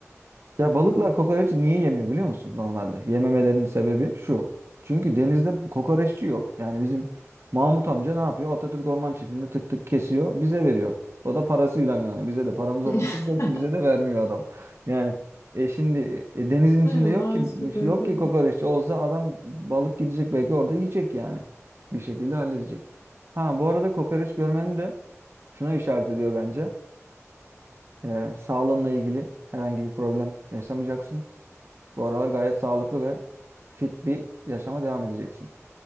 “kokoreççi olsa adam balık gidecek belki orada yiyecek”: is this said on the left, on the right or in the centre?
Right